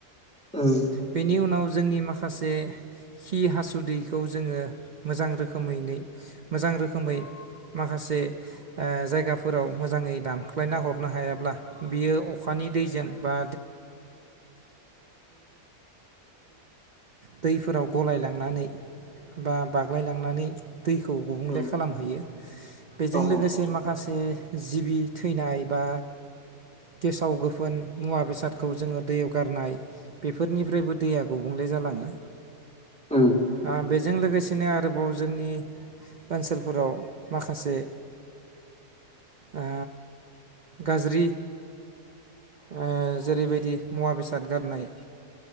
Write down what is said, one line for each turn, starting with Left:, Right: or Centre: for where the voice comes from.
Centre: उम
Right: बेनि उनाव जोंनि माखासे खि हासुदैखौ जोङो मोजां रोखोमैनो मोजां रोखोमै माखासे ओ जायगाफोराव मोजाङै दानख्लायना हरनो हायाब्ला बियो अखानि दैजों बा दैफोराव गलायलांनानै बा बाग्लायलांनानै दैखौ गुबुंले
Centre: उम
Right: खालामहैयो बेजों
Centre: औ उम
Right: लोगोसे माखासे जिबि थैनाय बा गेसाव गोफोन मुवा बेसादखौ जोङो दैैयाव गारनाय बेफोरनिफ्रायबो दैया गुबुंले जालाङो।
Centre: उम।
Right: ओ बेजों लोगोसेनो आरोबाव जोंनि ओनसोलफोराव माखासे ओ गाज्रि ओ जेरैबायदि मुवा बेसाद गारनाय